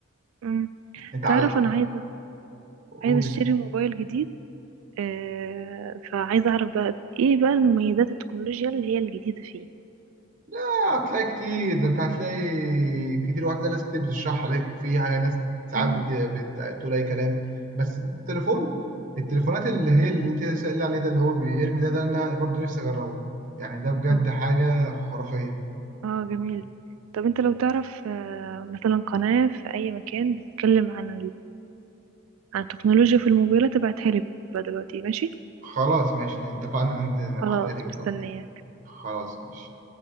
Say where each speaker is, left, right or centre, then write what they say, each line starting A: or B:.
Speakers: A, on the right; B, on the right.
A: أمم.
B: انت
A: تعرف
B: على
A: أنا عايزة
B: قول
A: عايزة أشتري
B: كده
A: موبايل جديد آه، فعايزة أعرف بقى إيه بقى المميزات التكنولوجيا اللي هي الجديدة فيه
B: لا هتلاقي كتير ده انت هتلاقي كتير وهتلاقي ناس كتير بتشرح عليك وفي حاجه ناس ساعات
A: أمم.
B: بت... بت... بتقول اي كلام بس التليفون التليفونات اللي هي اللي انت سألني عليه ده اللي هو بيرمي ده ده انا برضو نفسي اجربه يعني ده بجد
A: أمم.
B: حاجه خرافيه
A: آه جميل طب أنت لو تعرف آه، مثلا قناة في أي مكان بتتكلم عن على التكنولوجيا في الموبايلات ابعتها لي بقى دلوقتي ماشي
B: خلاص ماشي اتفقنا ان انت نبعتها
A: خلاص
B: لك دلوقتي
A: مستنية
B: خلاص ماشي